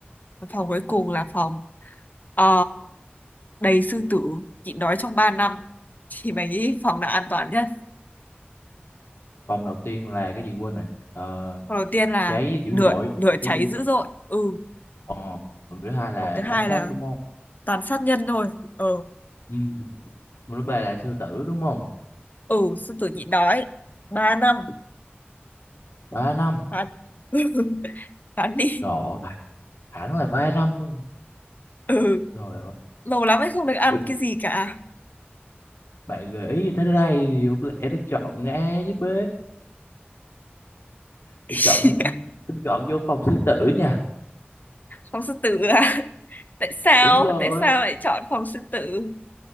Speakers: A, on the left; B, on the left.
A: Và phòng cuối cùng là phòng ờ, đầy sư tử nhịn đói trong ba năm thì mày nghĩ phòng nào an toàn nhất
B: vòng đầu tiên là cái gì quên rồi ờ,
A: phòng đầu tiên là
B: cháy dữ
A: lửa
B: dội
A: lửa
B: cháy
A: cháy
B: dữ
A: dữ
B: dội
A: dội ừ
B: ờ vòng thứ hai là
A: phòng thứ hai
B: ám sát
A: là
B: đúng không
A: toàn sát nhân thôi ừ
B: Ừ. Mà lúc bà là sư tử đúng không?
A: ừ sư tử nhịn đói ba năm
B: Ba năm.
A: phán <laughs> phán đi
B: Trời ơi, hẳn là ba năm luôn.
A: ừ
B: Trời ơi.
A: lâu lắm ấy không được ăn
B: bị-
A: cái gì cả
B: Bạn gợi ý như thế đây thì có lẽ tôi chọn A với B. Tôi
A: <laughs>
B: chọn tôi chọn vô phòng sư tử nha.
A: phòng sư tử à tại sao
B: Đúng rồi.
A: tại sao lại chọn phòng sư tử